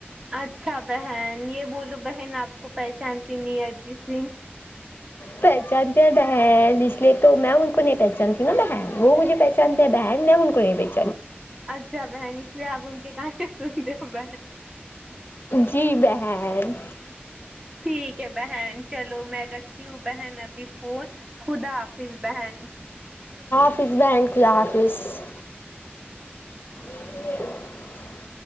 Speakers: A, on the right (about 15°); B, on the left (about 60°).
A: اچھا بہن یہ بولو بہن آپ کو پہچانتی نہیں ہے جس سن
B: پہچانتی بن اس لیے تو میں ان کو نہیں پہچانتی نا بن وہ مھے پہچانتے دینڈ ممننے پےے
A: اچھا بہن اس لیے آپ ان کے کہاں ت د ب
B: جی بحن
A: ٹھیک ہے بہن چلو میں رکھتی ہوں بہن نبی پون خدا حافظ بہن
B: آفس بینکلا آفس ج